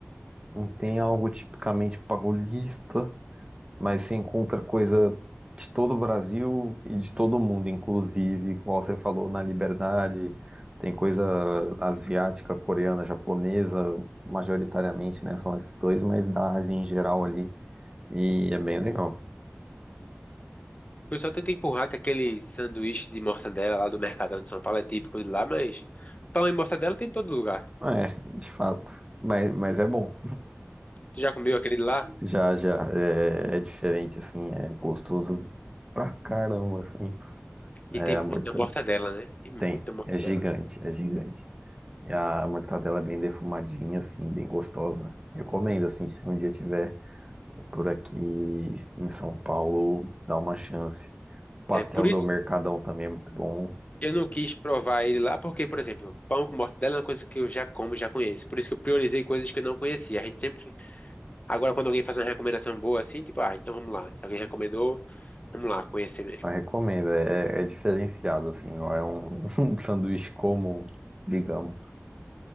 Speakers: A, on the right (about 20°); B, on the left (about 35°).
A: não tem algo tipicamente paulista, mas você encontra coisa de todo o Brasil e de todo o mundo, inclusive, como você falou, na Liberdade, tem coisa asiática, coreana, japonesa, majoritariamente, né? São esses dois, mas da Ásia em geral ali, e é bem legal.
B: O pessoal tenta empurrar que aquele sanduíche de mortadela lá do Mercadão de São Paulo é típico de lá, mas pão e mortadela tem em todo lugar.
A: É, de fato. Mas, mas é bom.
B: Tu já comeu aquele de lá?
A: Já, já. É, é diferente, assim. É gostoso pra caramba, assim. É,
B: E tem
A: a
B: muita
A: mortadela
B: mortadela, né? Tem muita
A: tem.
B: mortadela.
A: É gigante, é gigante. E a mortadela é bem defumadinha, assim, bem gostosa. Recomendo, assim, que se um dia tiver por aqui em São Paulo, dá uma chance. Pastel
B: É por isso
A: do Mercadão também é muito bom.
B: eu não quis provar ele lá, porque, por exemplo, pão com mortadela é uma coisa que eu já como, já conheço. Por isso que eu priorizei coisas que eu não conhecia. A gente sempre. Agora, quando alguém faz uma recomendação boa assim, tipo, ah, então vamos lá. Se alguém recomendou, vamos lá, conhecer mesmo.
A: Eu recomendo, é, é é diferenciado, assim, não é um, <laughs> um sanduíche comum, digamos.